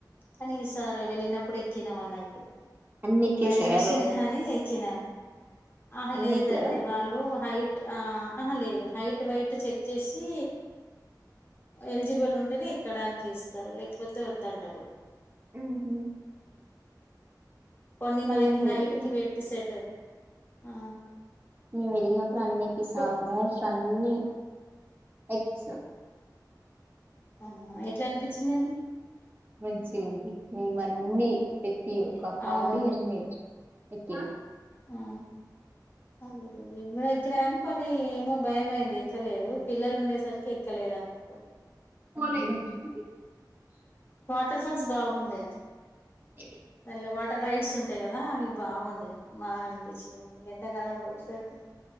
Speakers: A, on the left; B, on the right.
A: కానీ ఈసారి వెళ్ళినప్పుడు క్కిినమన్నట్టు
B: అన్ని ఎక్కేసారా
A: భయం మేషంది గానీ ఎక్కినా ఆహ
B: అన్ని
A: లేదండి
B: ఎక్కారా
A: వాళ్ళు హైట్ అ ఆహా లేదు హైట్ వైట్ చెక్ చేసి ఎలిజిబుల్ ఉంటేనే ఎక్కడానికి ఇస్తరు లేకపోతే వద్దంటరు
B: ఆహ
A: కొన్ని మనకి
B: ఏం
A: హైట్
B: లేదు
A: కి వెయిట్ కి సెట్ ఆ
B: మేవు వెళ్ళినప్పుడు అన్నికి స
A: కో
B: మ వషలు అన్ని ఎక్కేసాం
A: ఆ ఎట్లా అనిపించిందండి
B: మంచి ఉంది మేము అన్నీ పెట్టి ఒక హార్డు
A: అవును
B: అన్నీ ఎక్కం
A: ఆ అదే నేను గూడ ఎక్కిన కాని కొన్ని ఏమో భయం అయింది ఎక్కలేదు పిల్లలు ఉండేసరికి ఎక్కలేదు అన్నట్టు
B: పోలేదండి ఇంటికి
A: వాటర్ ఫాల్స్ బాగుండే
B: ఇవి
A: దాలో వాటర్ రైడ్స్ ఉంటాయి కదా అవి బాగుండె మాగానిపిచ్చ ఎండాకాలంలా పోయే సరికి